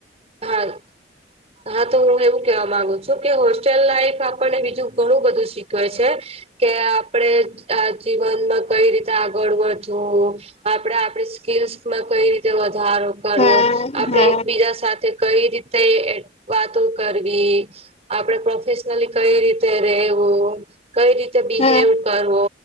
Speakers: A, on the right; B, on the left.
A: હા. હા તો હું એવું કેવા માંગુ છું કે હોસ્ટેલ લાઈફ આપણને બીજું ઘણું બધું શીખવે છે. કે આપડે આ જીવનમાં કઈ રીતે આગળ વધું. આપડણે આપડી સ્કીલ્સમાં કઈ રીતે વધારો. કરવો
B: હમ
A: આપડે
B: હમ
A: એકબીજા સાથે કઈ રીતે વાતો કરવી, આપડે પ્રોફેશનલી કઈ રીતે રવું, કઈ રીતે બિવ
B: હમ
A: કરવો,